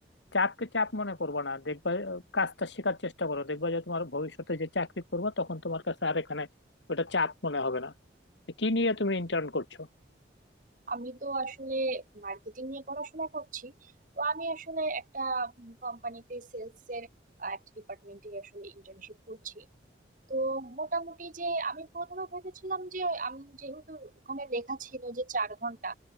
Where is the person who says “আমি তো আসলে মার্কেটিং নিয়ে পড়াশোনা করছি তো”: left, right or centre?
Right